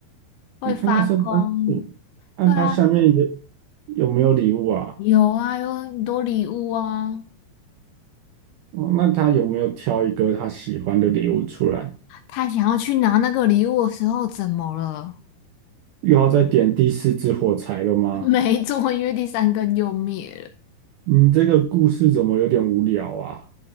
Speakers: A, on the left (about 80°); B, on the right (about 80°).
A: 会发光。
B: 那看到圣诞树，那他下面有
A: 对啊，
B: 有没有礼物啊？
A: 有啊，有很多礼物啊。
B: 哦，那他有没有挑一个他喜欢的礼物出来？
A: 他想要去拿那个礼物的时候，怎么了？
B: 又要再点第四支火柴了吗？
A: <laughs> 没做，因为第三根又灭了。
B: 你这个故事怎么有点无聊啊？